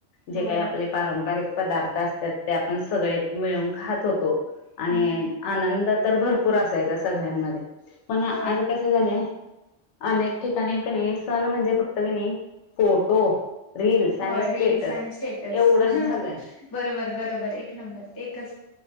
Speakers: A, on the left; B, on the left.
A: जे
B: होय
A: काही आपले पारंपरिक पदार्थ असतात ते आपण सगळे मिळून खात होतो.
B: हम्म
A: आणि आनंद तर भरपूर असायचा सगळ्यांमध्ये पण आज
B: होय
A: कस झाले अनेक ठिकाणी कणी सण म्हणजे फक्त कणी फोटो रीलीलस आणि
B: होय
A: स्टेटस
B: रील्स आणि स्टेटस
A: एवढंच झालंय.
B: बरोबर बरोबर एक नंबर एकच